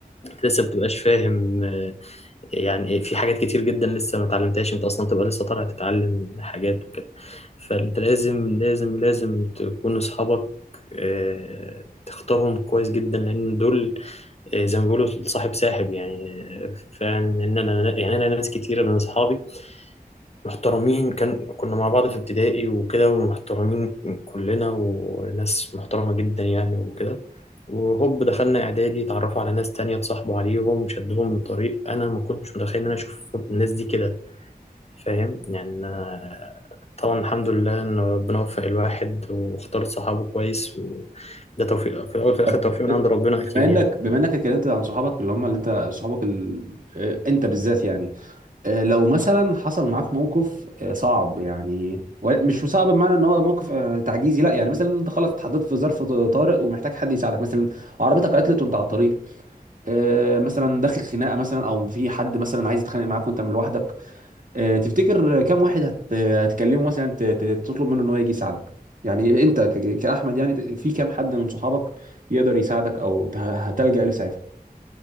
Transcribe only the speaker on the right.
طب
ب-
بما
انك
بما انك اتكلمت عن صحابك اللي هم اللي انت صحابك ال... آه، انت بالذات يعني آه، لو مثلا حصل معاك موقف آه، صعب يعني ولا- مش صعب بمعنى ان هو موقف آه، تعجيزي لا يعني مثلا انت خلاص اتحطيت في ظرف طارئ ومحتاج حد يساعدك مثلا عربيتك عطلت وانت على الطريق آه، مثلا داخل خناقه مثلا او في حد مثلا عايز يتخانق معاك وانت من لوحدك آه، تفتكر كم واحد هت... هتكلمه مثلا ت... ت- تطلب منه ان هو يجي يساعدك يعني انت ك... ك- كأحمد يعني في كم حد من صحابك يقدر يساعدك او ت- هتلجأ له في ساعتها